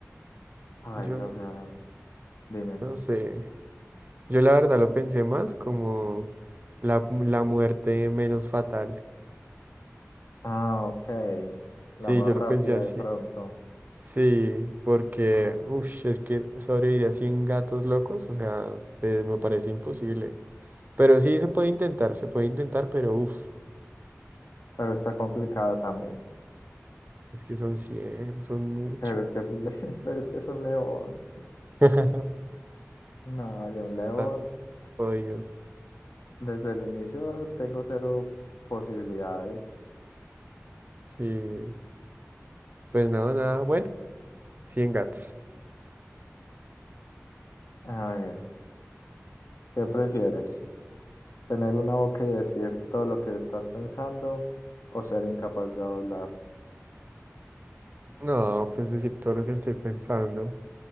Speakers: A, on the left; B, on the right.
A: Paila,
B: yo
A: o sea, dime.
B: no sé. Yo la verdad lo pensé más como la, la muerte menos fatal.
A: Ah, ok.
B: Sí,
A: La más
B: yo
A: rápida
B: lo pensé así.
A: de pronto.
B: Sí, porque,
A: Ah,
B: uff es que sobrevivir a 100 gatos locos, o sea, eh, me parece imposible. Pero sí se puede intentar, se puede intentar, pero uff,
A: pero está complicada también.
B: es que son cien son mucho.
A: Pero es que es un, le- <laughs> pero es que es un león.
B: <laughs>
A: No, ya un león.
B: Está jodido.
A: Desde el inicio tengo cero posibilidades.
B: Sí, pues nada, nada, bueno, 100 gatos.
A: A ver, ¿qué prefieres? ¿Tener una boca y decir todo lo que estás pensando o ser incapaz de hablar?
B: No, pues decir todo lo que estoy pensando.